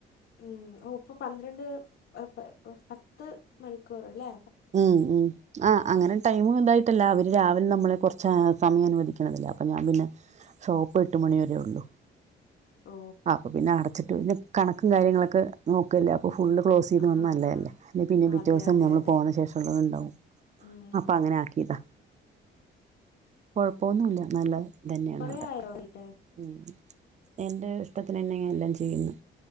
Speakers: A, on the left; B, on the right.
A: ഉം ഓ ഇപ്പൊ പന്ത്രണ്ട് ഏ പ പത്ത് മണിക്കൂറ് ല്ലേ
B: ഉം ഉം ആഹ് അങ്ങനെ ടൈം ഉണ്ടായിട്ടല്ല അവര് രാവിലെ നമ്മളെ കൊറച്ച് സമയം അനുവദിക്ക്ണതല്ലേ അപ്പൊ ഞാൻ പിന്നെ ഷോപ്പ് എട്ട് മണി വരേ ഒള്ളൂ
A: ഓ
B: ആഹ് അപ്പൊ പിന്നെ അടച്ചിട്ട് പിന്നെ കണക്കും കാര്യങ്ങളൊക്കെ നോക്കുവല്ലേ അപ്പൊ ഫുള്ള് ക്ലോസ് ചെയ്ത്
A: ആ
B: വന്ന നല്ലെ
A: ഹാ
B: അല്ലേ അല്ല പിന്നെ പിറ്റേ
A: അതെ
B: ദിവസം
A: അതെ
B: നമ്മള്
A: അതെ
B: പോന്ന ശേഷം ഉള്ളത് ഇണ്ടാവും
A: ഉം,
B: അപ്പം അങ്ങനെ ആക്കിയതാ കുഴപ്പൊന്നുല്ല നല്ല ഇതെന്നെണ്
A: കുറേ
B: അവിടെ
A: ആയോ പോയിട്ട്
B: ഉം എന്റെ ഇഷ്ടത്തിനെന്നെ ഞാൻ എല്ലാം ചെയ്യ്ന്നെ